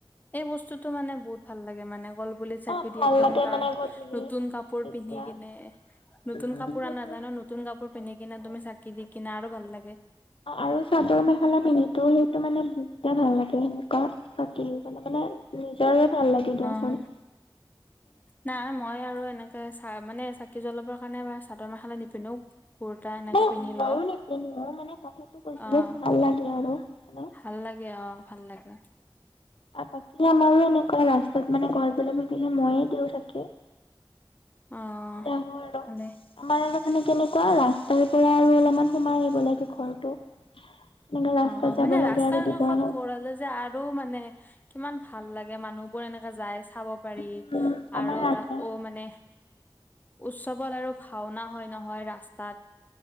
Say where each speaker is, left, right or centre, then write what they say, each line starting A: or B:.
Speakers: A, on the left; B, on the left.
A: এই বস্তুতটো মানে, বহুত ভাল লাগে মানে কল পুলিত চাকি
B: অ', ভাল
A: দি একদম
B: লাগে
A: গা
B: মানে গধূলি
A: নতুন কাপোৰ
B: তেতিয়া
A: পিন্ধি কিনে
B: উম,
A: নতুন কাপোৰ
B: সেইটো
A: অনা যায়। নতুন নতুন কাপোৰ পিন্ধি কিনে, তুমি চাকি দি কিনে আৰু ভাল লাগে।
B: আৰু চাদৰ মেখেলা পিন্ধিও সেইটো মানে বহুতে ভাল লাগে সেনেকুৱা। চাকি দিবলে মানে নিজৰে ভাল লাগে দিয়চোন।
A: অ নাই মই আৰু এনেকে চা মানে চাকি জ্বলাবৰ কাৰণে চাদৰ মেখেলা নিপিন্ধো। কুৰ্তা এনেকে
B: অঁ, অঁ,
A: পিন্ধি
B: মানে মইও
A: লওঁ
B: নপিন্ধো, মানে কথাটো কৈছিলো
A: অ',
B: ভাল লাগে আৰু মানে।
A: ভাল লাগে অ' ভাল লাগে।
B: আৰু বাকী আমাৰো এনেকুৱা লাষ্টত মানে কল পুলি ৰুলে মইয়ে দিওঁ চাকি।
A: অ',
B: আমাৰ আৰু
A: ভালে
B: আমাৰ আৰু মানে কেনেকুৱা। কোৱা ৰাস্তাৰ পৰা আৰু অলপমান সোমাই আহিব লাগে ঘৰটো। এনেকে ৰাস্তাত
A: অ'
B: যাব
A: মানে ৰাস্তাৰ
B: লাগে আৰু ৰাতিপুৱা
A: কাষত ঘৰ হ'লে যে আৰু মানে কিমান ভাল লাগে, মানুহবোৰ এনেকে যাই চাব পাৰি,
B: উম, আমাৰ
A: আৰু
B: ৰাস্তা
A: তাক অ' মানে উৎসৱত আৰু ভাওনা হয় নহয় ৰাস্তাত,